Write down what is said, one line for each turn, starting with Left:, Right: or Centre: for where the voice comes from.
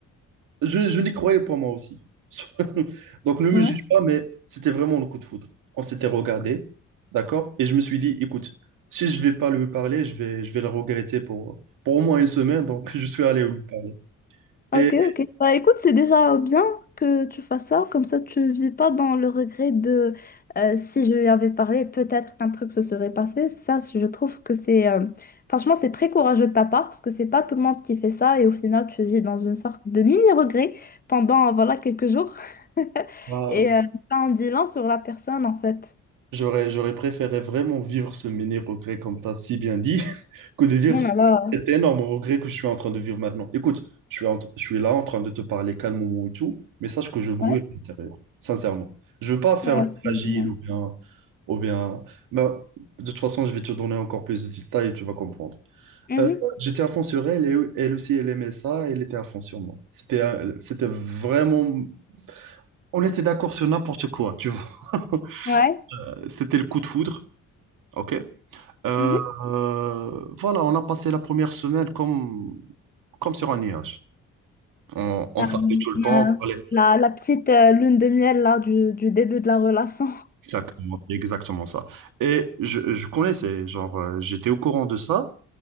Right: Je, je n'y croyais pas moi aussi. <laughs> Donc ne me
Left: Ouais.
Right: juge pas, mais c'était vraiment le coup de foudre. On s'était regardé, d'accord? Et je me suis dit, écoute, si je vais pas lui parler, je vais, je vais le regretter pour, pour au moins une semaine. Donc <laughs> je suis allé lui parler.
Left: Ok,
Right: Et
Left: ok. Bah, écoute, c'est déjà bien que tu fasses ça, comme ça tu vis pas dans le regret de euh, si je lui avais parlé, peut-être qu'un truc se serait passé. Ça, je trouve que c'est euh, franchement, c'est très courageux de ta part parce que c'est pas tout le monde qui fait ça et au final, tu vis dans une sorte de mini-regret pendant voilà quelques jours. <laughs>
Right: bah,
Left: Et euh, ça en dit long sur la personne en fait.
Right: j'aurais, j'aurais préféré vraiment vivre ce mini regret, comme tu as si bien dit. Que de vivre
Left: Oh là
Right: cet
Left: là.
Right: énorme regret que je suis en train de vivre maintenant. Écoute, je suis, en- je suis là en train de te parler calmement et tout, mais sache que je brûle
Left: Ouais.
Right: à l'intérieur, sincèrement. Je veux pas faire
Left: Ouais.
Right: le
Left: c'est
Right: fragile
Left: bien.
Right: ou bien, ou bien. Ben, de toute façon, je vais te donner encore plus de détails et tu vas comprendre.
Left: Mhm.
Right: J'étais à fond sur elle et elle aussi, elle aimait ça, et elle était à fond sur moi. C'était, euh, c'était vraiment. On était d'accord sur n'importe quoi, tu vois. <laughs>
Left: Ouais.
Right: C'était le coup de foudre, ok? Euh,
Left: Mhm.
Right: euh, voilà, on a passé la première semaine comme, comme sur un nuage. On, on
Left: Euh,
Right: s'appelait tout le temps.
Left: euh,
Right: on parlait-
Left: la, la petite euh, lune de miel là du, du début de la relation.
Right: Exactement, c'est exactement ça. Et je, je connaissais, genre, euh, j'étais au courant de ça.